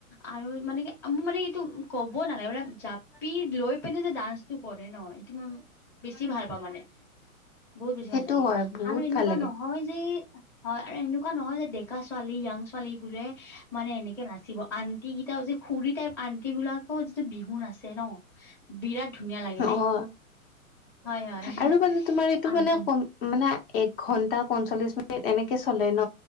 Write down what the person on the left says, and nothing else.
সেইটো
হয় বহুত
ভাল লাগে
অ
আৰু মানে তোমাৰ এইটো
মানে কম মানে এক ঘন্টা পঞ্চল্লিশ মিনিট এনেকে চলে ন